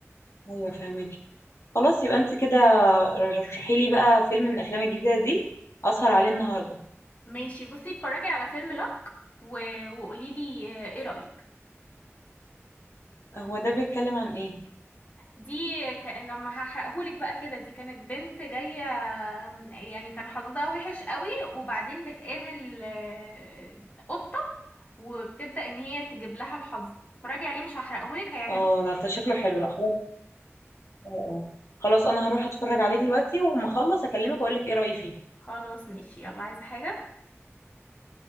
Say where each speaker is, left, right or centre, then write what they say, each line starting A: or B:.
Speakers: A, on the left (about 65°); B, on the left (about 30°).
A: ايوه فاهمك خلاص يبقى انت كده رشحي لي بقى فيلم من الافلام الجديده دي اسهر عليه النهارده
B: ماشي بصي اتفرجي على فيلم لك وقولي لي ايه رايك
A: هو ده بيتكلم عن ايه
B: دي كان لما هحرقهولك بقى كده دي كانت بنت جاية يعني كان حظها وحش قوي وبعدين بتقابل آه، قطة وبتبدأ ان هي تجيب لها الحظ اتفرجي عليه مش هحرقهولك هيعجبك
A: اه لا ده شكله حلو لا خلاص اه آه. خلاص انا هروح اتفرج عليه دلوقتي وأما اخلص اكلمك واقول لك ايه رايي فيه
B: خلاص ماشي يلا عايزة حاجة